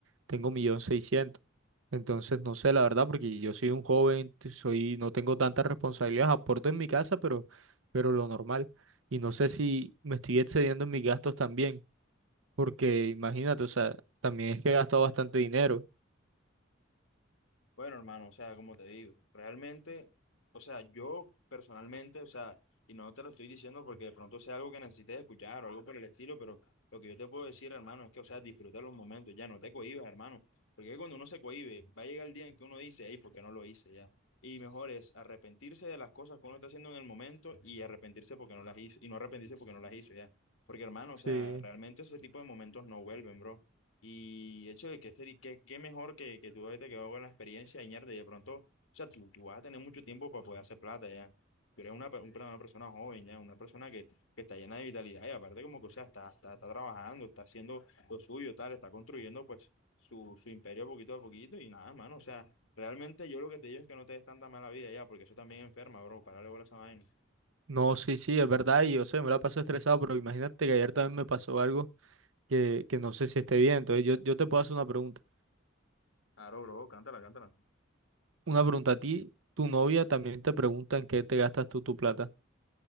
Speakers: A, on the right (about 75°); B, on the left (about 75°).
A: tengo un millón seiscientos Entonces, no sé, la verdad, porque yo soy un joven, t- soy, no tengo tantas responsabilidades, aporto en mi casa, pero, pero lo normal. Y no sé si me estoy excediendo en mis gastos también, porque imagínate, o sea, también es que he gastado bastante dinero.
B: Bueno, hermano, o sea, como te digo, realmente, o sea, yo personalmente, o sea, y no te lo estoy diciendo porque de pronto sea algo que necesites escuchar o algo por el estilo, pero lo que yo te puedo decir, hermano, es que, o sea, disfruta los momentos, ya no te cohibas, hermano, porque cuando uno se cohíbe, va a llegar el día en que uno dice, hey, ¿por qué no lo hice ya? Y mejor es arrepentirse de las cosas que uno está haciendo en el momento y arrepentirse porque no las hizo, y no arrepentirse porque no las hizo ya. Porque, hermano, o sea,
A: Sí.
B: realmente ese tipo de momentos no vuelven, bro. Y hecho de que ser, y qué, qué mejor que, que tú haberte quedado con la experiencia y mierda, de pronto, o sea, tú, tú vas a tener mucho tiempo para poder hacer plata ya. Tú eres una, pe- un- una persona joven ya, una persona que, que está llena de vitalidad y aparte como que, o sea, está, está, está trabajando, está haciendo lo suyo, tal, está construyendo pues su, su imperio poquito a poquito y nada, mano, o sea, realmente yo lo que te digo es que no te des tanta mala vida ya, porque eso también enferma, bro, párale bola a esa vaina.
A: No, sí, sí, es verdad, y yo sé, me la paso estresado, pero imagínate que ayer también me pasó algo que, que no sé si esté bien. Entonces, yo, yo te puedo hacer una pregunta.
B: Claro, bro, cántala, cántala.
A: Una pregunta a ti, tu novia también te pregunta en qué te gastas tú tu plata.